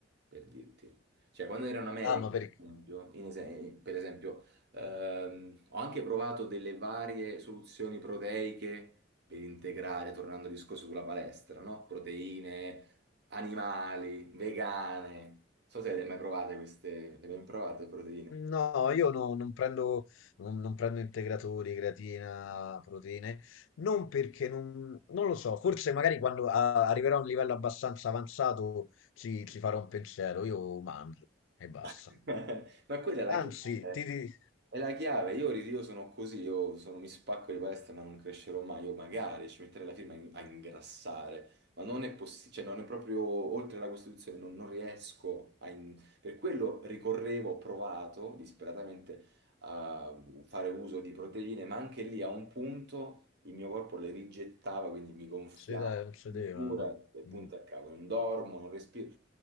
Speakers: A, on the right; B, on the left.
A: per dirti. Cioè, quando ero in America,
B: Ah, ma perché?
A: per esempio, in ese- per esempio, ehm, ho anche provato delle varie soluzioni proteiche per integrare, tornando al discorso sulla palestra, no? Proteine animali, vegane. Non so se le hai mai provate queste, le hai mai provate proteine?
B: No, io no- non prendo, non, non prendo integratori, creatina, proteine, non perché non, non lo so, forse magari quando a- arriverò a un livello abbastanza avanzato ci, ci farò un pensiero, io mangio e basta.
A: <laughs> Ma quella è la
B: Anzi,
A: chiave.
B: ti dico,
A: È la chiave. Io, io sono così, io sono- mi spacco di palestra, ma non crescerò mai. Io magari ci metterei la firma a in- a ingrassare, ma non è possibile, cioè non è proprio oltre la Costituzione, non, non riesco a... in- Per quello ricorrevo, ho provato disperatamente a fare uso di proteine, ma anche lì a un punto il mio corpo le rigettava, quindi mi gonfiavo,
B: si dai, non si
A: cintura
B: deve.
A: e punto
B: mm.
A: a cavolo, non dormo, non respiro.